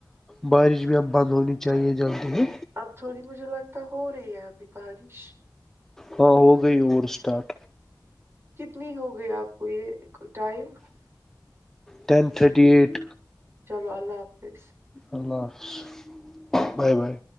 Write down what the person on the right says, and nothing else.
اب تھوڑی مجھے لگتا ہو رہی ہے ابھی بارش <unintelligible>
کتنی ہوگئی آپ کو یہ ٹائم <unintelligible>
چلو اللہ حافظ